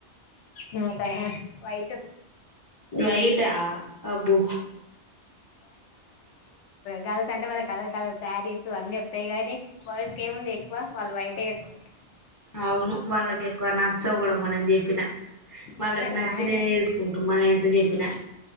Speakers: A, on the left (about 85°); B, on the left (about 25°).
A: నాకా వైట్
B: వైట అబ్బు
A: గల్స్ అంటె మన కలర్ కలర్ శారీస్ అన్ని వత్తాయి కాని బాయ్స్ ఇంకేముంది ఎక్కువ వాళ్లు వయటే ఎక్కువంది
B: అవును వాళ్ళకి ఎక్కువ నచ్చవు కూడ మనం చెప్పిన వాళ్ళకి
A: మన
B: నచ్చిన
A: మన
B: వేసుకుంటు మన ఎంత చెప్పినా